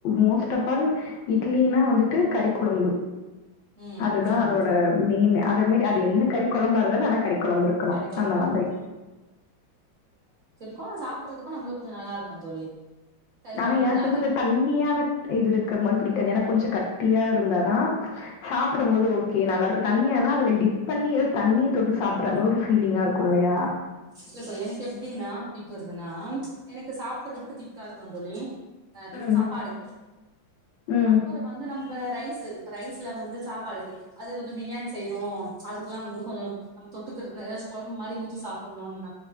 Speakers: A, on the left (about 70°); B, on the right (about 40°).
A: மோஸ்ட் ஆஃப் ஆல் இட்லினா வந்துட்டு கறிக்குழம்பு
B: ம்
A: அதுதா
B: ஆமாங்க
A: அதோட மெயின் அதே மாரி
B: தோழி
A: அது என்ன கறி கொழம்பா இருந்தாலு ஆனா கறி கொழம்பு இருக்கணு
B: கறிக்கொழம்பு
A: அந்த
B: இருக்கணு
A: மாதிரி
B: கு சாப்டுறதுக்கு நம்மளுக்கு கொஞ்ச நல்லா இருக்கும் தோழி கறி
A: ஆனா
B: கொழம்பு
A: எனக்கு
B: இருந்தா
A: வந்து
B: திக்
A: இந்த தண்ணியான இது இருக்கிற மாரி பிடிக்காது எனக்கு கொஞ்ச கட்டியா இருந்தாதா சாப்டும் போது ஓகே நல்லா இருக்கு தண்ணியா ஆனா அதுல டிப் பண்ணி ஏதோ தண்ணிய தொட்டு சாப்டுற மாரி ஒரு ஃபீலிங்கா இருக்கு இல்லையா
B: இல்ல தோழி எனக்கு எப்டின்னா புடிக்கறதுன்னா எனக்கு சாப்டுறதுக்கு திக்கா இருக்கணு தோழி ஆ டிஃப்
A: ம்.
B: சாப்பாடுக்கு
A: ம்.
B: அப்புறோ வந்து நம்ப ரைஸ் து இப்ப ரைஸ்ல வந்து சாப்பாடுக்கு அது வந்து பிரியாணி செய்றோ அதுக்கெல்லா வந்து கொஞ்சோ நம்ம தொட்டுக்குறது ஏன்னா ஏதாச்சி கொழம்பு மாரி ஊத்தி சாப்ட் டணு இல்லனா